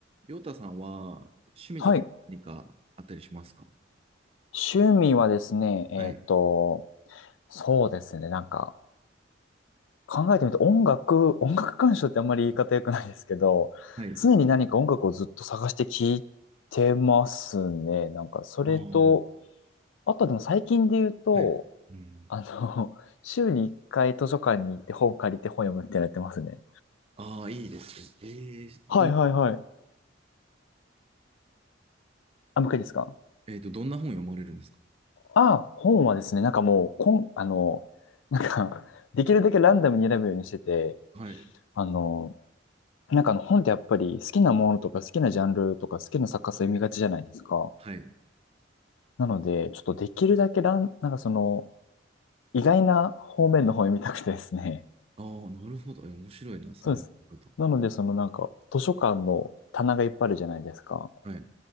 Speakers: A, on the right; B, on the left.
A: りょうたさんは趣味とか何かあったりしますか
B: はい。趣味はですね、えっと、
A: はい。
B: そうですね、なんか、考えてみて、音楽、音楽鑑賞ってあんまり言い方良くないですけど、
A: はい。
B: 常に何か音楽をずっと探して聴いてますね。なんか、それと、
A: あー
B: あとでも最近で言うと、
A: はい。うん、
B: あの、<laughs> 週に1回図書館に行って本借りて本読むってやってますね。
A: ああ、いいですね。えー、どん、
B: はいはいはい。あ、もう一回ですか
A: えっと、どんな本読まれるんですか
B: あ、本はですね、なんかもう、こん、あの、なんか、<laughs> できるだけランダムに選ぶようにしてて、
A: はい。
B: あの、なんかあの本ってやっぱり好きなものとか好きなジャンルとか好きな作家さん読みがちじゃないですか。
A: はい。
B: なので、ちょっとできるだけラン、なんかその意外な方面の方を読みたくてですね。
A: ああ、なるほど。え、面白いな、
B: <laughs>
A: そのやり方。
B: そうです。なので、そのなんか図書館の棚がいっぱいあるじゃないですか。
A: はい。